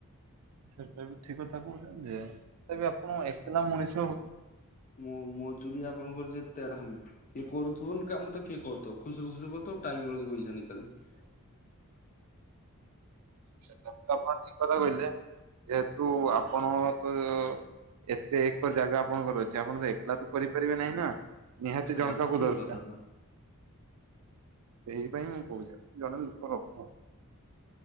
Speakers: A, on the right (about 85°); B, on the left (about 35°).
A: ସେଟା ବି ଠିକ୍ କଥା କହୁଚନ୍ତି ଯେ ତଥାପି ଆପଣ ଏକେଲା ମଣିଷ
B: ମୁଁ ମୋ ମଜୁରୀ ଆପଣଙ୍କର ଯେ ତେଢାମି। କିଏ କରୁଥିବନି କାମ ତ କିଏ କରୁଥିବ ଖୁସୁରୁ ଖୁସୁ କରୁଥିବ ଟାଇମ୍ ବେଳକୁ ପଇସା ନେଇ ଚାଲିବ।
A: ସେଟା ତ ଆପଣ ଠିକ୍ କଥା କହିଲେ ଯେହେତୁ ଆପଣ ତ ଏତେ ଏକର ଜାଗା ଆପଣଙ୍କର ଅଛି ଆପଣ ତ ଏକେଲା ତ କରିପାରିବେ ନାହିଁ ନା ନିହାତି
B: ସେଟା
A: ଜଣେ କାହାକୁ
B: ତ ଠିକ
A: ଦରକାର୍।
B: କଥା ସାର୍
A: ସେଇଥିପାଇଁ ମୁଁ କହୁଚି ଜଣେ ଲୋକ ରଖ।